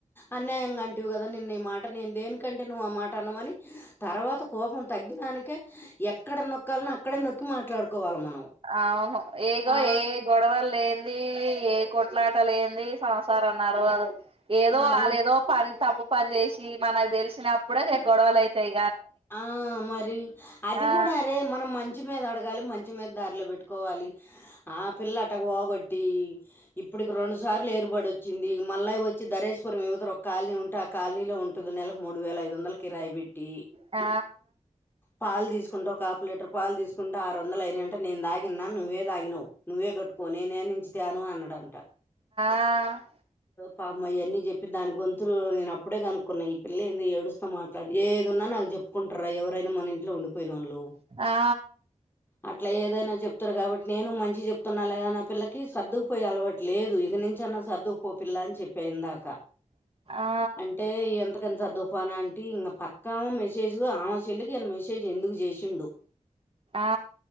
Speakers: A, on the left (about 15°); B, on the right (about 45°).
A: అన్యాయంగా అంటివి కదా నిన్ ఈ మాట నేన్ దేనికంటే నువ్వు ఆ మాట అన్నవని తర్వాత కోపం తగ్గినానికే ఎక్కడ నొక్కాల్నో అక్కడే నొక్కి మాట్లాడుకోవాలి మనం
B: అవును ఏగో
A: ఆ,
B: ఏ గొడవల్ లే దీ ఏ కొట్లాట లేంది సంసారం నడవదు. ఏదో
A: మరి
B: వాళ్లేదో పన్ తప్పు పని చేసి మనక్ తెలిసినప్పుడే గొడవల్ అయితయి.
A: ఆ మరి అది
B: ఆ
A: గుడ అరే మనం మంచి మీద అడగాలి మం చి మీద దారిలో పెట్టుకోవాలి. ఆ పిల్లట పోగొట్టి ఇప్పటికి రెండు సార్లు ఏర్పడచ్ చింది ఇగ మల్లై వచ్ వచ్చి ధరేష్ పురం ఇవతల ఒక కాలనీ ఉంటే ఆ కాలనీలో ఉంటది నెలకు మూడు వేల ఐదు వందలు కిరాయి పెట్టీ
B: ఆ
A: పాలు తీసుకుంటే ఒక ఆపు లీటర్ పాలు తీసుకుంటే ఆరు వందలు అయినంట నేను దాగిన్నా నువ్వే దాగినవు నువ్వే కట్టుకోని నేనుంచి తాను అన్నాడంట
B: ఆ
A: పాపమయన్నీ చెప్పి దాని గొంతులు నేను అప్పుడే కనుక్కున్నా ఈ పిల్ల ఏందో ఏడుస్త మాట్లాడు ఏది ఉన్నా నాకు కుంటారా ఎవరైనా మన ఇంట్లో ఉండిపోయినోళ్ళు
B: ఆ
A: అట్లా ఏదైనా చెప్తారు కాబట్టి నేను మంచి చెప్తున్నా లేగా నా పిల్లకి సర్దుకుపోయే అలవాటు లేదు ఇక నుంచి అన్న సర్దుకుపో పిల్లా అని చెప్పా ఇందాక
B: ఆ
A: అంటే ఎంత సార్ తుఫాన్ అంటి ఇంక పక్కా మెసేజ్ ఆమె సెల్లికి మెసేజ్ ఎందుకు జేసిండు
B: ఆ